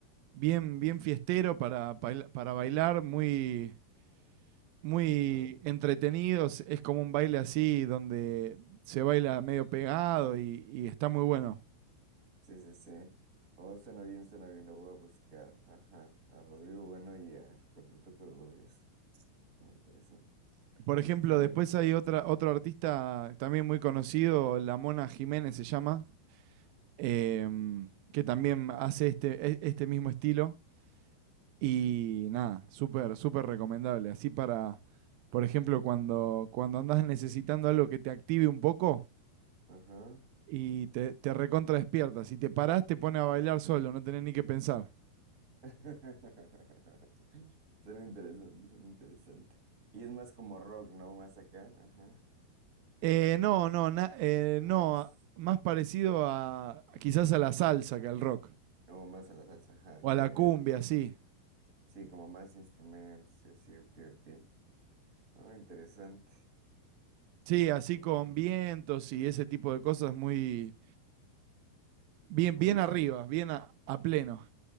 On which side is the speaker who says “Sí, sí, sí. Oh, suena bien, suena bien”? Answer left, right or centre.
Right